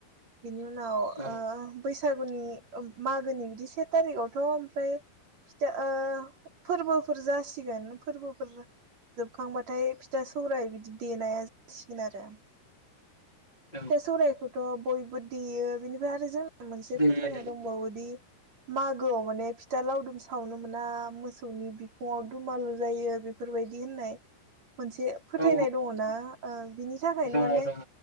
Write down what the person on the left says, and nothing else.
औ
औ
दे
दे
औ
दङ
दङ